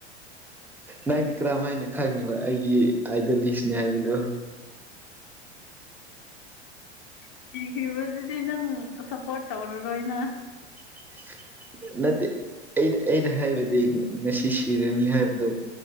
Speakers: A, in the centre; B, on the left.
A: ꯅꯪꯗꯤ ꯀꯔꯝ ꯍꯥꯏꯅ ꯈꯪꯉꯤꯕ ꯑꯩꯒꯤ ꯑꯥꯏꯗ ꯂꯤꯁꯅꯦ ꯍꯥꯏꯕꯗꯣ
B: ꯁꯤꯈꯤꯕꯗꯨꯗꯤ ꯅꯪ ꯁꯞꯄꯣꯔꯠ ꯇꯧꯔꯔꯣꯏꯅ
A: <unintelligible> ꯅꯠꯇꯦ ꯑꯩꯅ ꯍꯥꯏꯕꯗꯤ ꯉꯁꯤ ꯁꯤꯔꯅꯤ ꯍꯥꯏꯕꯗꯨꯣ